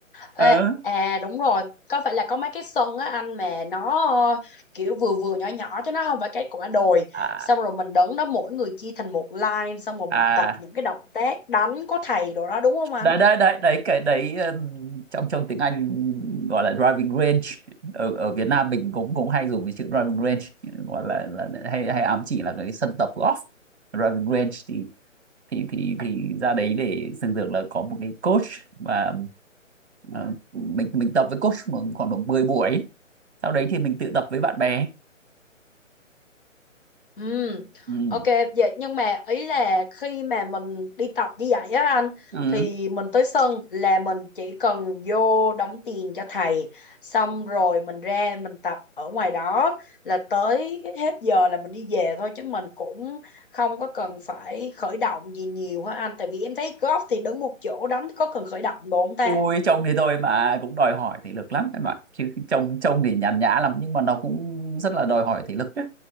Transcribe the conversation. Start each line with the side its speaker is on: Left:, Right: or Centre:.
Right: Ờ.
Left: Ê, à đúng rồi có phải là có mấy cái sân á anh mà nó ờ, kiểu vừa vừa nhỏ nhỏ chứ nó không phải cái quả đồi
Right: À,
Left: xong rồi mình đứng đó mỗi người chia thành một line xong rồi
Right: à
Left: mình tập những cái động tác đánh có thầy đồ đó đúng không anh
Right: đấy đấy đấy đấy cái đấy ừm, trong trong tiếng Anh gọi là driving range ở ở Việt Nam mình cũng cũng hay dùng cái chữ driving range gọi là, là hay hay ám chỉ là cái sân tập golf driving range thì thì thì thì ra đấy để thường thường là có một cái coach và ờ, mình mình tập với coach khoảng độ mười buổi sau đấy thì mình tự tập với bạn bè
Left: Ừ,
Right: ừ.
Left: ok vậy nhưng mà ý là khi mà mình đi tập như vậy á anh
Right: Ừ.
Left: thì mình tới sân là mình chỉ cần vô đóng tiền cho thầy xong rồi mình ra mình tập ở ngoài đó là tới hết giờ là mình đi về thôi chứ mình cũng không có cần phải khởi động gì nhiều hả anh tại vì em thấy golf thì đứng một chỗ đánh có cần khởi động đồ không ta
Right: Ui trông thì tôi mà cũng đòi hỏi thể lực lắm em ạ chứ trông trông thì nhàn nhã lắm nhưng mà nó cũng rất là đòi hỏi thể lực đấy